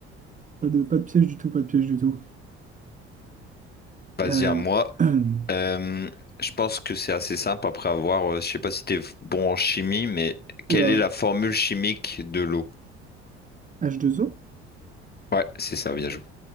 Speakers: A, on the right (about 25°); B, on the left (about 30°).
A: Pas de, pas de piège du tout, pas de piège du tout.
B: Vas-y
A: Euh,
B: à moi.
A: <clears throat>
B: Euh, je pense que c'est assez simple après avoir, euh, je sais pas si t'es bon en chimie, mais quelle
A: Oula,
B: est la formule chimique de l'eau?
A: H2O?
B: Ouais, c'est ça, bien joué.